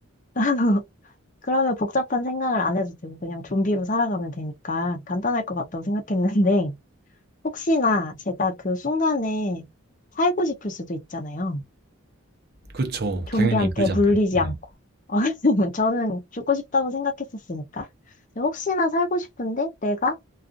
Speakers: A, on the left; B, on the right.
A: <laughs> 그러면 복잡한 생각을 안 해도 되고 그냥 좀비로 살아가면 되니까 간단할 것 같다고 생각했는데 혹시나 제가 그 순간에 살고 싶을 수도 있잖아요.
B: 그렇죠.
A: 좀비한테
B: 당연히 그러지
A: 물리지
B: 않을까요? 네.
A: 않고. <laughs> 저는 죽고 싶다고 생각했었으니까. 근데 혹시나 살고 싶은데 내가